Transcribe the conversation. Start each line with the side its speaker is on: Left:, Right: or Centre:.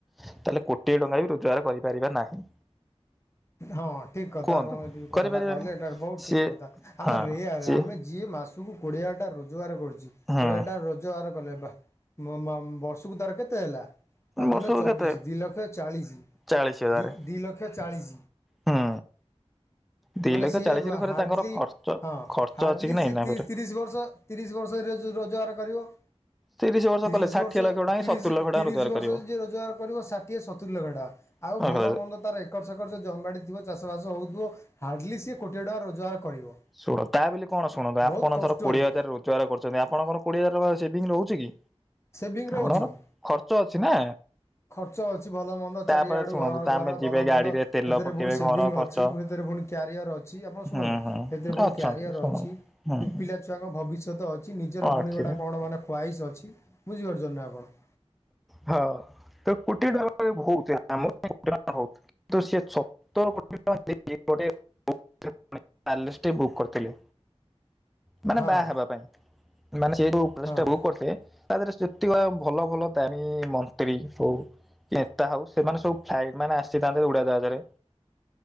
Centre: ତାହେଲେ ଗୋଟିଏ ଟଙ୍କା ବି ରୋଜଗାର କରି ପାରିବା ନାହିଁ।
Left: ହଁ ଠିକ କଥା
Centre: କୁହନ୍ତୁ
Left: ଆପଣ ଯ କଥାଟା
Centre: କରିପାରିବାନି
Left: କହିଲେ ଏଟା ବୋହୁତ
Centre: ସିଏ
Left: ଠିକ କଥା
Centre: ହଁ
Left: ଆମେ ରେୟ
Centre: ସିଏ
Left: ଆମେ ଯିଏ ମାସ ସୁ କଡିଆ ଟା ରୋଜଗାର କରୁଚି
Centre: ହୁଁ
Left: କଡିଆ ଟା ରୋଜଗାର କ ବର୍ଷକୁ ତାର କେତେ ହେଲା? ବାର
Centre: ବର୍ଷକୁ
Left: ଦୁନେ ଚବିଶ
Centre: କେତେ
Left: ଦି ଲକ୍ଷ ଚାଳିଶ
Centre: ଚାଳିଶ ହଜାର
Left: ଦି, ଦି ଲକ୍ଷ ଚାଳିଶ
Centre: ହୁଁ ଦି
Left: ମାନେ
Centre: ଲକ୍ଷ
Left: ସିଏ
Centre: ଚାଳିଶରେ ଫେରେ
Left: ହାର୍ଡଲି
Centre: ତାଙ୍କର ଖର୍ଚ୍ଚ
Left: ହଁ
Centre: ଖର୍ଚ୍ଚ
Left: ହାର୍ଡଲି
Centre: ଅଛି କି ନାଇଁ
Left: ସିଏ
Centre: ନା ଫେରେ
Left: ତିରିଶ ବର୍ଷ ତିରିଶ ବର୍ଷରେ ଯୋଉ ରୋଜଗାର କରିବ।
Centre: ତିରିଶ ବର୍ଷ
Left: ତିରିଶ
Centre: କଲେ ଷାଠିଏ
Left: ବର୍ଷ
Centre: ଲକ୍ଷ ଟଙ୍କା କି
Left: ତିରିଶ
Centre: ସତୁରି ଲକ୍ଷ ଟଙ୍କା
Left: ତିରିଶ
Centre: ରୋଜଗାର
Left: ବର୍ଷ
Centre: କରିବ
Left: ଯିଏ ରୋଜଗାର କରିବ ଷାଠିଏ ସତୁୁରି ଲକ୍ଷ ଟଙ୍କା
Centre: ହୁଁ
Left: ଆଉ ଭଲ ମନ୍ଦ ତାର ଏକର୍ ସାକର ଯ ଥିବ ଚାଷବାସ ହେଉଥିବ ହାର୍ଡ଼ଲି ସିଏ କୋଟିଏ ଟଙ୍କା ରୋଜଗାର କରିବ।
Centre: ଶୁଣ ତା ବୋଲି କଣ ଶୁଣନ୍ତୁ ଆପଣ
Left: ବହୁତ କଷ୍ଟରେ
Centre: ଥର କୋଡିଏ ହଜାର ରୋଜଗାର୍ କରୁଛନ୍ତି, ଆପଣଙ୍କର କୋଡ଼ିଏ ହଜାର ସେଭିଙ୍ଗ୍ ରହୁଛି କି?
Left: ସେଭିଙ୍ଗ ରହୁଛି
Centre: ଆପଣଙ୍କର
Left: କି?
Centre: ଖର୍ଚ୍ଚ ଅଛି ନା
Left: ଖର୍ଚ୍ଚ ଅଛି ଭଲ ମନ୍ଦ
Centre: ତାପରେ
Left: ଚାରିଆଡ଼ୁ
Centre: ଶୁଣନ୍ତୁ
Left: ଘର
Centre: ତ
Left: ଦ୍ଵାର
Centre: ଆମେ ଯିବେ
Left: ଭଲମନ୍ଦ,
Centre: ଗାଡିରେ ତେଲ
Left: ଏଥିରେ
Centre: ପକେଇବେ
Left: ପୁଣି ସେଭିଙ୍ଗ୍
Centre: ଘର ଖର୍ଚ୍ଚ
Left: ଅଛି ହେଥିରେ ପୁଣି କ୍ୟାରିଅର୍ ଅଛି ଆପଣ ଶୁଣନ୍ତୁ
Centre: ହୁଁ ହୁଁ
Left: ଏଥିରେ ପୁଣି
Centre: ଅଛନ୍ତି
Left: କ୍ୟାରିଅର୍
Centre: ଶୁଣ
Left: ଅଛି।
Centre: ହୁଁ
Left: ପି ପିଲା ଛୁଆଙ୍କ ଭବିଷ୍ୟତ ଅଛି ନିଜର
Centre: ଅଛି
Left: ପୁଣି ଗୋଟେ କଣ ମାନେ ଖୁଆଇ- <unintelligible> ବୁଝିପାରୁଛନ୍ତି ନା ଆପଣ
Centre: ହଁ ତ କୋଟିଏ ଟଙ୍କା ବହୁତ୍ <unintelligible> ହଉ ତ ସେ ସତ <unintelligible> <unintelligible> ବୁକ୍ କର ଥିଲେ। ମାନେ
Left: ହଁ
Centre: ବାହା ହେବା ପାଇଁ ମାନେ ସେ ଯୋଉ ପ୍ଲେଷ୍ଟା
Left: ହଁ
Centre: ବୁକ୍ କରଥିଲେ ଆ ଦେହରେ ସେତିକ ଭଲ ଭଲ। ଦାନୀ ମନ୍ତ୍ରୀ ହଉ ନେତା ହଉ ସେମାନେ ସବୁ ଫ୍ଲାଇଟ୍ ମାନେ ଆସିଥାନ୍ତି ଉଡ଼ା ଜାହାଜରେ।